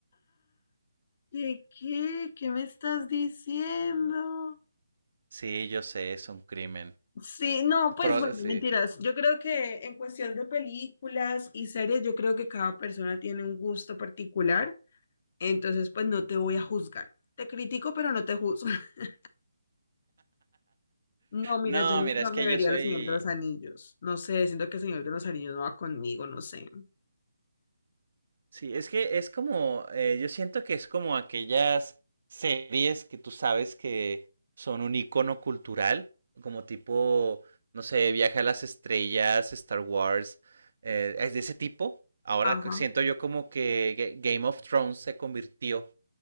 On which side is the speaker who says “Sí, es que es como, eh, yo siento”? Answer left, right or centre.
Right